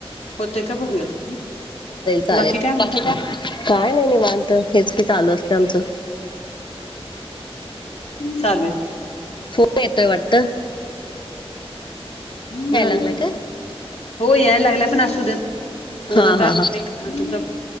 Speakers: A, on the left; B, on the left.
A: होते का बघूयात.
B: चालेलकी
A: बाकी काय म्हणताय
B: काय नाही नाही वालत हेच की चालू असतं आमचं
A: चालेू आहे.
B: फोट येतोय वाटत.
A: म्हणाला
B: लागलाय काय
A: हो यायला लागला पण असू द्या. फोन
B: हा
A: आता
B: हा हा
A: एक तुमचा